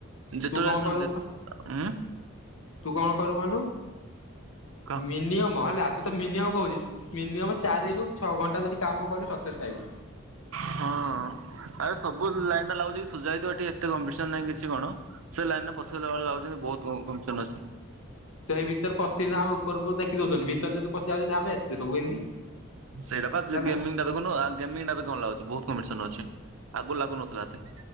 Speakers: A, on the right; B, on the left.
A: ଯେତେବେଳେ
B: ତୁ କଣ
A: ଶୁଣୁ
B: କରିଵୁ କର୍
A: ଉଁ
B: ତୁ କଣ କରିବୁ କହିଲୁ,
A: କହ
B: ମିନିୟମ ହେଲା ତତେ ମିନିୟମ କହୁଛି ମିନିମମ୍ ଚାରି ରୁ ଛଅ ଘଣ୍ଟା ଯଦି କାମ କରିବୁ ସକ୍ସେସ୍ ପାଇବୁ।
A: ହଁ ଆରେ ସବୁ ଲାଇନ୍ ରେ ଲାଗୁଛି ଯାଇ ଥିବ ଟିକେଏତେ କମ୍ପିଟିସନ୍ ନାହିଁ କିଛି କଣ। ସେ ଲାଇନ୍ ରେ ପସିଗଲା ବେଳ ଲୁ ବହୁତ କମ୍ସିଟିସନ ଅଛି।
B: ସେଇ ଭିତରେ ପଶିନି ଆଉ ଉପରକୁ ଦେଖି ଦଉଛନ୍ତିୁ। ଭିତରେ ଯଦି ପଶିଯାଉଛନ୍ତି ଆବେ ଏବେ ସବୁ ଏମିତି।
A: ସେଇଟା ପା
B: ହେଲା
A: ଗାମୀଙ୍ଗ ଦେଖୁନୁ ଆ ଗେମିଙ୍ଗ ଲାଗୁଛି ବହୁତ୍ କମ୍ପିଟିସନ୍ ଅଛି। ଆଗୁରୁ ଲାଗୁନଥିଲା ଏତେ।